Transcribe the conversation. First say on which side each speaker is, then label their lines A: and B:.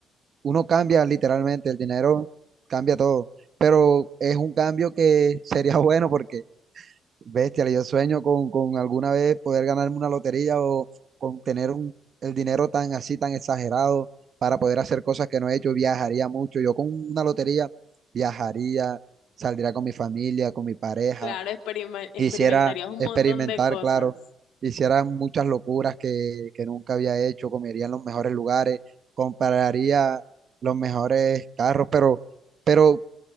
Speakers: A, on the right; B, on the left.
A: Uno cambia literalmente, el dinero cambia todo, pero es un cambio que sería <laughs> bueno porque Bestia, yo sueño con, con alguna vez poder ganarme una lotería o con tener un, el dinero tan así, tan exagerado para poder hacer cosas que no he hecho. Viajaría mucho. Yo con una lotería viajaría, saldría con mi familia, con mi pareja.
B: Claro, experima- experimentarías
A: Hiciera
B: un
A: experimentar,
B: montón de cosas.
A: claro. Hiciera muchas locuras que, que nunca había hecho. Comería en los mejores lugares, compraría los mejores carros, pero, pero